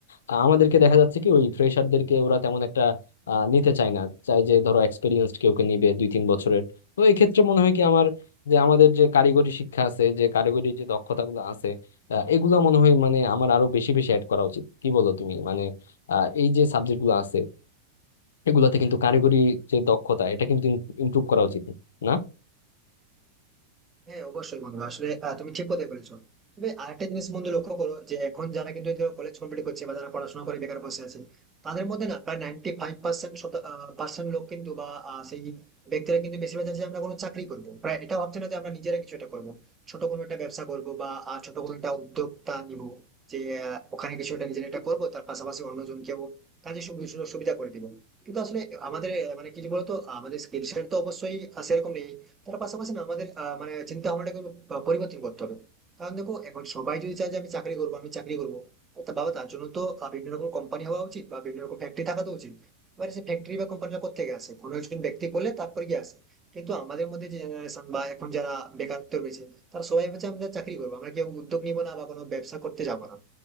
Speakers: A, on the left; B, on the right.
A: আ- আমাদেরকে দেখা যাচ্ছে কি ওই ফ্রেশারদেরকে ওরা তেমন একটা আহ, নিতে চায় না চাই যে ধরো এক্সপিরিয়েন্সড কেউকে নিবে দুই তিন বছরের তো এই ক্ষেত্রে মনে হয় কি আমার যে আমাদের যে কারিগরি শিক্ষা আছে যে কারিগরি যে দক্ষতাগুলো আছে আহ, এগুলা মনে হয় মানে আমার আরো বেশি বেশি অ্যাড করা উচিত কি বলো তুমি মানে আহ, এই যে সাবজেক্ট গুলো আছে এগুলাতে কিন্তু কারিগরি যে দক্ষতা এটা কিন্তু ইমপ্রুভ করা উচিত না
B: হ্যাঁ অবশ্যই বন্ধু আসলে আহ, তুমি ঠিক কথাই বলেছো তবে আরেকটা জিনিস বন্ধু লক্ষ্য করো যে এখন যারা কিন্তু কলেজ কমপ্লিট করছে বা যারা পড়াশোনা করে বেকার বসে আছে তাদের মধ্যে না প্রায় নাইনটি ফাইভ পার্সেন্ট পার্সেন্ট লোক কিন্তু বা আহ, সেই ব্যক্তিরা কিন্তু বেশিরভাগ চাইছে যে আমরা কোনো চাকরি করবো প্রায় এটা ভাবছে না যে আমরা নিজেরা কিছু একটা করবো ছোট কোনো একটা ব্যবসা করবো বা আহ, ছোট কোনো একটা উদ্যোক্তা নিব যে আহ, ওখানে কিছু একটা নিজের একটা করবো তার পাশাপাশি অন্যজনকেও কাজে সুবি- সুযোগ সুবিধা করে দিব কিন্তু আসলে আমাদের আহ, মানে কি বলতো আমাদের স্কিল সেট তো অবশ্যই আহ, সেরকম নেই তার পাশাপাশি না আমাদের আহ, মানে চিন্তা ভাবনাটাকে একটু, আহ, পরিবর্তন করতে হবে কারণ দেখো এখন সবাই যদি চায় যে আমি চাকরি করবো আমি চাকরি করবো তা বাবা তার জন্য তো আহ, বিভিন্ন রকম কোম্পানি হওয়া উচিত বা বিভিন্ন রকম ফ্যাক্টরি থাকা তো উচিত এবার সেই ফ্যাক্টরি বা কোম্পানিটা কোথা থেকে আসে কোনো একজন ব্যক্তি করলে তারপরে গিয়ে আসে কিন্তু আমাদের মধ্যে যে জেনারেশন বা এখন যারা বেকারত্ব রয়েছে তারা সবাই ভাবছে আমরা চাকরি করবো আমরা কেউ উদ্যোগ নিবো না বা কোনো ব্যবসা করতে যাবো না